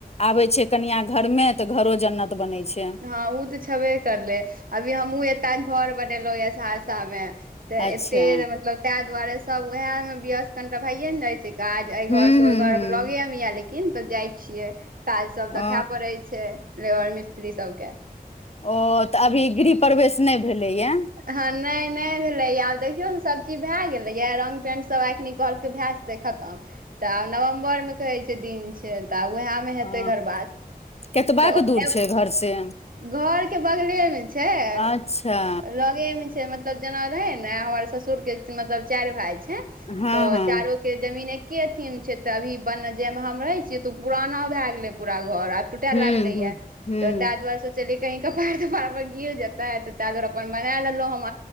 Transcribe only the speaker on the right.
हँ ओ तऽ छेबे करले, अभी हमहुँ एत घर बनेलहुँ ये, सहरसा मे। तऽ
एते मतलब, ताहि दुआरे, सब उएह मे व्यस्त, कनि भइए ने जाय छै। काज, एहि घर
से, ओहि घर
लगेमे या लेकिन, तऽ जाइ छियै। काज सभ देखा
पड़ै छैय लेबर मिस्त्री सभके।
ह नै नै भेले या आब देखियो ने सब चीज भय गेलै ये रंग पेंट सब आखनी कहल के भे खतम तब नवम्बर मे कह छैय दिन छैय त ओहि में में हेतय
घरबास
तऽ ओते
घर के बगले मे छैय
लगे मे छैय मत मतलब जेना रहै ने हमर ससुरके मतलब चाएर भाय छैय
तऽ
चारो के जमीन एके अथी मे छैय ते अभी बन जे मे हम रहे छीये ते उ पुराना भय गेले पूरा घर। टूटे
लागले
या
तऽ ताहि दुआरे सो सोचले कहि कपार तपाार पर गिर जेतेै तऽ तांए दुआरे अपन बना लेलों।